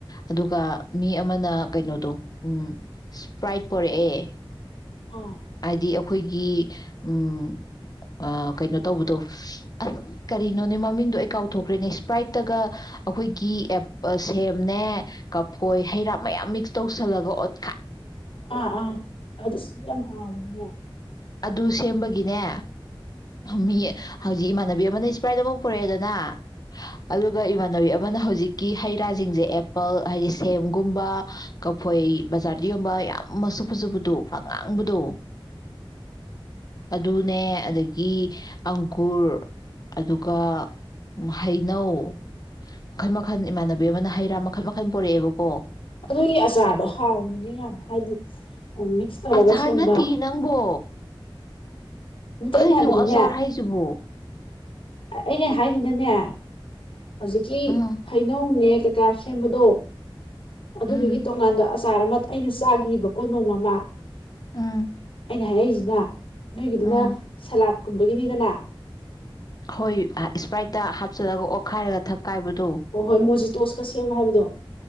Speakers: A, on the left; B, on the left.
A: ꯑꯗꯨꯒ ꯃꯤ ꯑꯃꯅ ꯀꯩꯅꯣꯗꯣ ꯎꯝ ꯏꯁꯄ꯭ꯔꯥꯏꯠ ꯄꯣꯔꯛꯑꯦ
B: ꯑꯥ
A: ꯗꯤ ꯑꯩꯈꯣꯏꯒꯤ ꯎꯝ ꯀꯩꯅꯣ ꯇꯧꯕꯗꯣ ꯑꯁ ꯀꯔꯤꯅꯣꯅꯦ ꯃꯃꯤꯡꯗꯣ ꯑꯩ ꯀꯥꯎꯊꯣꯛꯈ꯭ꯔꯦꯅꯦ ꯏꯁꯄ꯭ꯔꯥꯏꯠꯇꯒ ꯑꯩꯈꯣꯏꯒꯤ ꯁꯦꯝꯅꯦ ꯀꯐꯣꯏ ꯍꯩꯔꯥ ꯃꯌꯥꯝ ꯃꯤꯛꯁ ꯇꯧꯁꯜꯂꯒ ꯑꯣꯠ
B: ꯑ ꯑ ꯑꯗꯨꯁꯨ ꯌꯥꯝ ꯍꯥꯎꯕꯅꯤ ꯍ
A: ꯑꯗꯨ ꯁꯦꯝꯕꯒꯤꯅꯦ ꯃꯤ ꯍꯧꯖꯤꯛ ꯏꯃꯥꯟꯅꯕꯤ ꯑꯃꯅ ꯏꯁꯄ꯭ꯔꯥꯏꯗ ꯑꯃ ꯄꯨꯔꯛꯑꯦꯗꯅ ꯑꯗꯨꯒ ꯏꯃꯥꯟꯅꯕꯤ ꯑꯃꯅ ꯍꯧꯖꯤꯛꯀꯤ ꯍꯩ ꯔꯥꯁꯤꯡꯁꯦ ꯑꯦꯄꯜ ꯍꯥꯏꯗꯤ ꯁꯦꯝꯒꯨꯝꯕ ꯀꯐꯣꯏ ꯕꯖꯥꯔꯗ ꯌ‌ꯣꯟꯕ ꯌꯥꯝ ꯃꯁꯛ ꯐꯖꯕꯗꯨ ꯑꯉꯥꯡꯕꯗꯣ ꯑꯗꯨꯅꯦ ꯑꯗꯒꯤ ꯑꯪꯒꯨꯔ ꯑꯗꯨꯒ ꯍꯩꯅꯧ ꯃꯈꯜ ꯃꯈꯜ ꯏꯃꯥꯟꯅꯕꯤ ꯑꯃꯅ ꯍꯩ ꯔꯥ ꯃꯈꯜ ꯃꯈꯜ ꯄꯔꯛꯑꯦꯕꯀꯣ
B: ꯑꯗꯨꯏꯗꯤ ꯑꯆꯥꯔꯗꯣ ꯍꯥꯎꯅꯤꯅꯦ ꯌꯥꯝ ꯍꯥꯏꯗꯤ ꯃꯤꯛꯁ ꯇꯧꯔꯒ
A: ꯑꯆꯥꯔ
B: ꯁꯦꯝꯕ
A: ꯅꯠꯇꯦ ꯅꯪꯕꯣ
B: ꯅꯠꯇꯦ
A: ꯀꯔꯤꯅꯣ
B: ꯑꯩꯅ ꯍꯥꯏꯕꯗꯤꯅꯦ
A: ꯑꯆꯥꯥꯔ ꯍꯥꯏꯁꯤꯕ‌ꯣ
B: ꯑꯩꯅ ꯍꯥꯏꯁꯤꯅꯅꯦ ꯍꯧꯖꯤꯛꯀꯤ
A: ꯎꯝ
B: ꯍꯩꯅꯧꯅꯦ ꯀꯥꯁꯦꯝꯕꯗꯣ ꯑꯗꯨꯗꯨꯒꯤ
A: ꯎꯝ
B: ꯇꯣꯡꯉꯥꯟꯕꯗ ꯑꯆꯥꯔ ꯑꯃ ꯑꯩꯅ ꯆꯥꯒꯤꯕ ꯀꯣ ꯅꯣꯡꯃ ꯑꯃ
A: ꯎꯝ
B: ꯑꯩꯅ ꯍꯥꯏꯔꯛꯏꯁꯤ ꯉ ꯅꯣꯏꯒꯤꯗꯨꯅ
A: ꯎꯝ
B: ꯁꯂꯥꯠ ꯀꯨꯝꯕꯒꯤꯅꯤꯗꯅ
A: ꯍꯣꯏ ꯏꯁꯄ꯭ꯔꯥꯏꯠꯇ ꯍꯥ ꯆꯠꯂꯒ ꯑꯣꯠꯈꯥꯏꯔꯒ ꯊꯛꯀꯥꯏꯕꯗꯣ
B: ꯍ ꯍꯣꯏ ꯃꯣꯖꯤꯇꯣꯁꯀ ꯁꯦꯝꯕ ꯍꯥꯏꯕꯗꯣ